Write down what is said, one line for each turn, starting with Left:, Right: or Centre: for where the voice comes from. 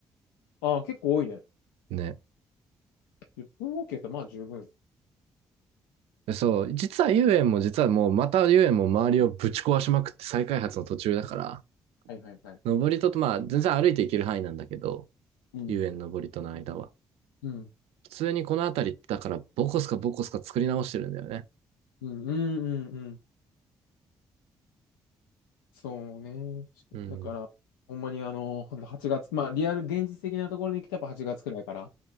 Left: ああ、結構多いね。
Right: ね。
Left: 10分ケーってまあ十分。
Right: でそう、実は遊園も実はもうまた遊園も周りをぶち壊しまくって再開発の途中だから、
Left: はいはいはい。
Right: 登り戸とまあ全然歩いていける範囲なんだけど、
Left: うん。
Right: 遊園登り戸の間は。
Left: うん。
Right: 普通にこの辺りってだからボコスかボコスか作り直してるんだよね。
Left: うん。うん。うんうんそうね。確かにだから、
Right: うん。
Left: ほんまにあの、ほんと月、まあ、リアル、現実的なところに来たやっぱ8月くらいから、